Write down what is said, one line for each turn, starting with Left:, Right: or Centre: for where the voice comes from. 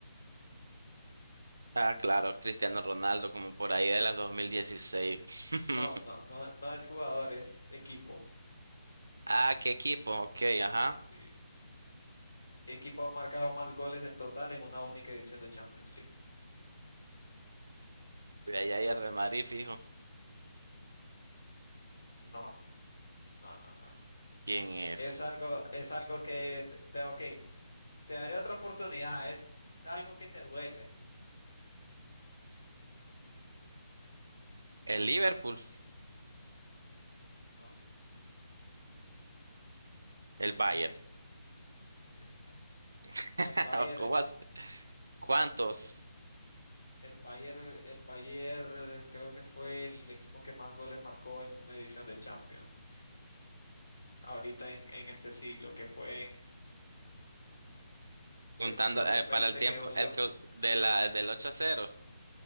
Right: Ah, claro, Cristiano Ronaldo, como por ahí de la 2016. <laughs>
Left: No, no, no, no es jugador, es equipo.
Right: Ah, ¿qué equipo? Ok, ajá.
Left: Sí. ¿Qué equipo ha marcado más goles en total en una única edición de Champions League?
Right: Mira, ahí hay el Real Madrid, fijo.
Left: Mm, No, no, no, no. no.
Right: ¿Quién es?
Left: Es algo, es algo que, te, te- ok, Te daré otra oportunidad, es algo que te duele.
Right: El Liverpool,
Left: No,
Right: el Bayern.
Left: sí, exacto.
Right: <laughs>
Left: El Bayern,
Right: ¿Cómo así? ¿Cuántos?
Left: el Bayern, el Bayern creo que fue el equipo que más goles marcó en una edición de Champions, ahorita en, en este siglo, que fue en,
Right: Juntando
Left: que fue en 2020
Right: eh, para el tiempo
Left: que goleó,
Right: el que- de la, del 8 a 0,